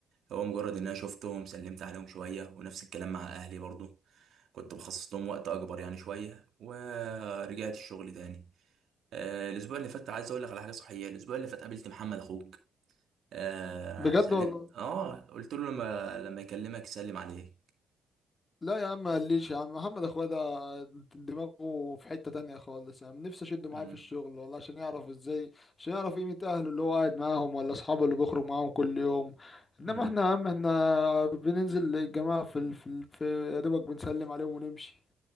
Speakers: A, on the right; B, on the left.
A: هو مجرد ان انا شفتهم سلمت عليهم شويه ونفس الكلام مع اهلي برضو كنت بخصص لهم وقت اكبر يعني شويه ورجعت الشغل تاني آه الاسبوع اللي فات عايز اقول لك على حاجه صحيه الاسبوع اللي فات قابلت محمد اخوك آه
B: بجد
A: سلمت
B: والله
A: اه قلت له لما لما يكلمك يسلم عليك
B: لا يا عم مقليش يا عم محمد اخويا ده دماغه في حتة تانية خالص يا عم نفسي اشده معايا
A: امم
B: في الشغل والله عشان يعرف ازاي عشان يعرف قيمة اهله اللي هو قاعد معاهم ولا اصحابه اللي بيخرج معاهم كل يوم انما
A: امم
B: احنا يا عم احنا بننزل الجماعة في ال- في ال- في يا دوبك بنسلم عليهم ونمشي